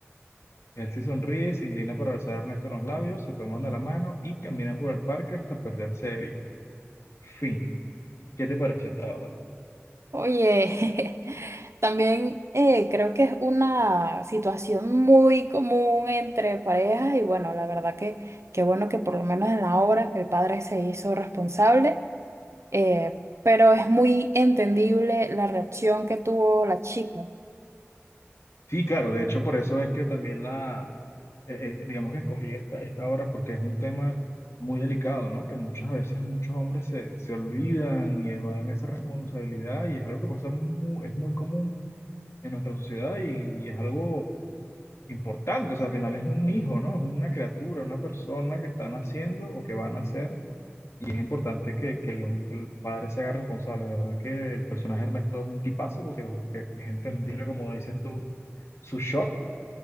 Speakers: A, on the left (about 70°); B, on the right (about 70°).
A: Él sí sonríe y se inclina para besar a Ernesto en los labios, se toman de la mano y caminan por el parque hasta perderse de vista. Fin. ¿Qué te pareció esta obra?
B: Oye, <laughs> también eh, creo que es una situación muy común entre parejas y bueno, la verdad que qué bueno que por lo menos en la obra el padre se hizo responsable, eh, pero es muy entendible la reacción que tuvo la chica.
A: Sí, claro, de hecho por eso es que también la, eh, eh, digamos que escogí esta, esta obra porque es un tema muy delicado, ¿no? Que muchas veces muchos hombres se, se olvidan y evaden esa responsabilidad y es algo que pasa muy, es muy común en nuestra sociedad y, es algo importante, o sea, al final es un hijo, ¿no? Es una criatura, una persona que está naciendo o que va a nacer Y es importante que, que lo- que el padre se haga responsable, ¿verdad? Que el personaje Ernesto es un tipazo porque es entendible, como dices tú, su shock,